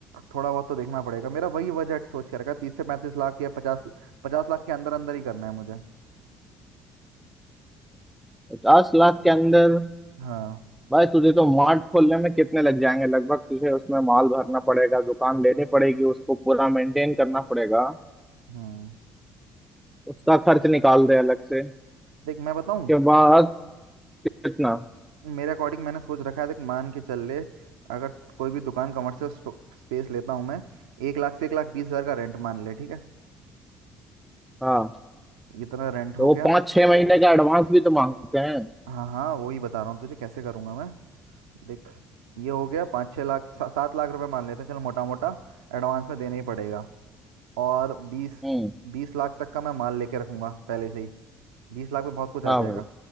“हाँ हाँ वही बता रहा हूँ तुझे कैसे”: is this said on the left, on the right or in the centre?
Right